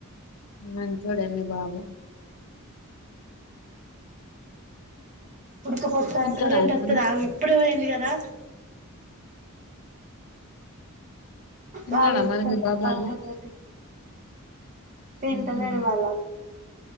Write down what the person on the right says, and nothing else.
ఉడకపోతాం
కరెంట్
వతది ఆగు ఇప్పుడే పోయింది కదా
బాలు
పల్కతోటీ
తింటలేడు
వాళ్ళ